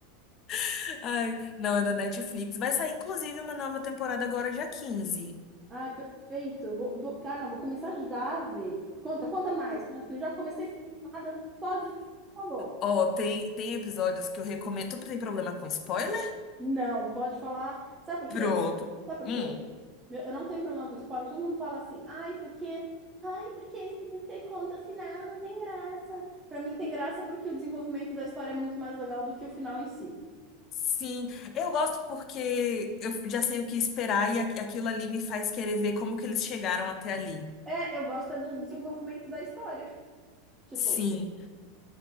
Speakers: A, on the left (about 45°); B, on the right (about 20°).
A: <laughs> Ai, não, é da Netflix. Vai sair, inclusive, uma nova temporada agora, dia quinze
B: Ai, perfeito. Eu Vou, vou, cara, vou começar já a ver. Conta, conta mais. Como assim? Eu já comecei a ficar animada só de... Falou.
A: Ó, tem, tem episódios que eu recomendo. Tu tem problema com spoiler?
B: Não, pode falar. Sabe por
A: Pronto.
B: quê? Sabe por
A: Hum.
B: quê? Meu, eu não tenho problema com spoiler. Todo mundo fala assim, ai, porque, ai, porque se você conta o final, não tem graça. Pra mim tem graça porque o desenvolvimento da história é muito mais legal do que o final em si.
A: Sim, eu gosto porque eu já sei o que esperar e aqu- aquilo ali me faz querer ver como que eles chegaram até ali.
B: É, eu gosto é do desenvolvimento da história. Tipo,
A: Sim,